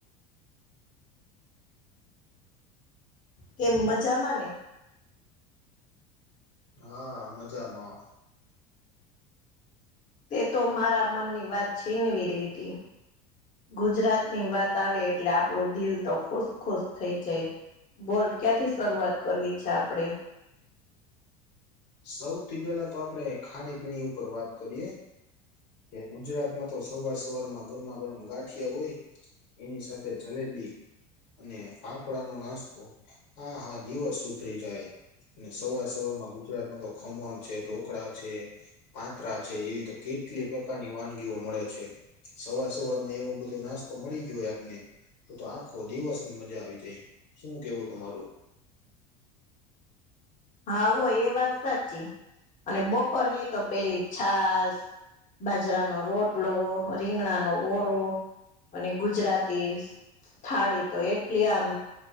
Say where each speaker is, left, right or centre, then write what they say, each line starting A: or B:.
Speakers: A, on the left (about 40°); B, on the left (about 80°).
A: કે મજા માં ને?
B: હા મજામાં.
A: તે તો મારા મનની વાત છીનવી લીધી. ગુજરાતની વાત આવે એટલે આપણું દિલ તો ખુશ ખુશ થઈ જાય. બોલ ક્યાંથી શરૂઆત કરવી છે આપડે?
B: સૌથી પેલા તો આપડે ખાણીપીણી ઉપર વાત કરીએ. કે ગુજરાતમાં તો સવાર સવાર માં ગરમા ગરમ ગાંઠિયા હોય. એની સાથે જલેબી અને ફાફળાનો નાસ્તો હા હા દિવસ સુધરી જાય. સવાર સવારમાં ગુજરાતમાં તો ખમણ છે ઢોકળા છે. પાત્ર છે એવી તો કીટ કેટલી પ્રકારની વાનગીઓ મળે છેવ સવાર સવાર માં એવું બધું નાસ્તો મળી ગય આપને તો તો આખો દિવસ ની મજા આવી જાય. શું કેવું તમારું.?
A: હા હોય એ વાત સાચી અને બપોરની તો પેલી છાસ. બાજરાનો રોટલો રીંગણાનો ઓરો અને ગુજરાતી. થાળી તો એટલી આમ